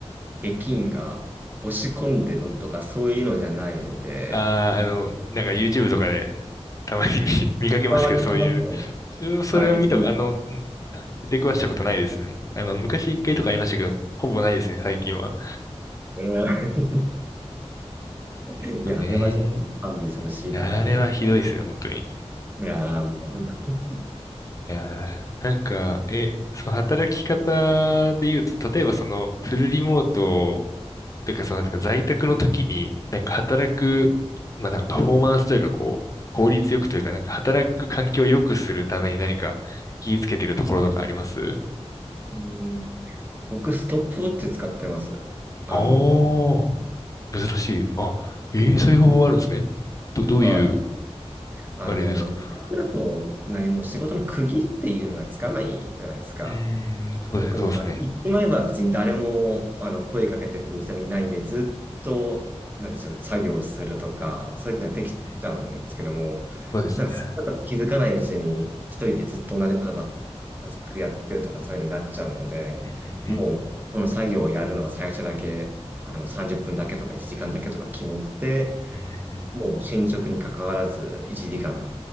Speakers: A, on the right; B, on the left.
A: 駅員が押し込んで乗るとかそういうのじゃないので、
B: ああ、あの、なんか YouTube とかで、たまに見、<laughs> 見かけますけど、
A: わります。
B: そういう。自分はそれは見た、
A: はい、駅員、
B: あの、ん出くわしたことないですね。あ、まあ、昔一回とかありましたけど、ほぼないですね、最近は。
A: うん <laughs>
B: ですよね。
A: いや、あれはちょっと勘弁してほしいな、
B: あれはひどいですね、
A: 単純
B: 本当に。
A: に。いやー、もう、
B: いやー、なんか、え、その働き方で言うと、例えばそのフルリモートというか、そのなんか在宅の時に、なんか働く、まあなんかパフォーマンスというか、こう、効率よくというか、なんか働く環境を良くするために何か気をつけてるところとかあります
A: うん、僕、ストップウォッチ使ってます。あの、
B: ああ、珍しい。あ、ええそういう方法があるんですね。ど、どういう、
A: はい。あの、
B: あれですか。
A: タイプだと何も仕事の区切りっていうのがつかないじゃないですか。
B: うーん、そうですね、
A: 特に、
B: そうですね。
A: まあ、言ってまえば別に誰もあの声かけてくる人もいないんで、ずっと、なんでしょう、作業するとか、そういうことができちゃうんですけども、
B: うんそうですね。
A: なんか、それだったら気づかないうちに、一人でずっと同じことばっか、タスクやってるとか、そういうのになっちゃうので、
B: うんうんうん
A: もう、この作業をやるのは最初だけ、あの、30分だけとか1時間だけとか決めて、
B: うんうんうん
A: もう進捗に関わらず、1時間、